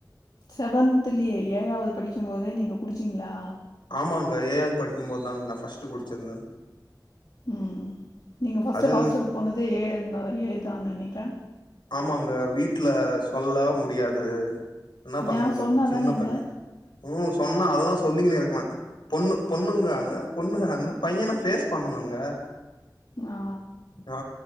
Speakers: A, on the left (about 65°); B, on the left (about 80°).
A: செவன்த்லயே ஏழாவது படிக்கும் போதே நீங்க குடிச்சீங்களா
B: ஆமாங்க ஏழாது படிக்கும்போது தாங்க நா ஃபஸ்ட்டு குடிச்சிருந்த
A: ம் நீங்கள் ஃபஸ்ட்டு
B: அது
A: ஹாஸ்டலுக்கு போனதே ஏழுந்தா ஏழுதா நெனைக்கிறே
B: ஆமாங்க வீட்ல சொல்ல முடியாது என்ன பண்ண
A: ஏ
B: முடியு
A: சொன்னா
B: சின்ன
A: தானேங்க
B: பைய ம் சொன்னா அதெல்லா சொல்லிக்கனு இருக்லா பொண்ணு பொண்ணுங்கானு பொண்ணுங்கான பையன ஃபேஸ் பண்ணனுங்க
A: ஆ
B: ஆ